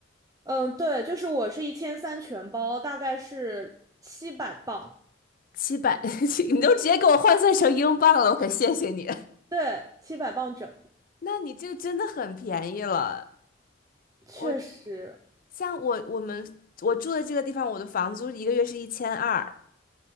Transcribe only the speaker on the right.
嗯，对，就是我是一千三全包，大概是七百磅，
对，七百磅整，
确实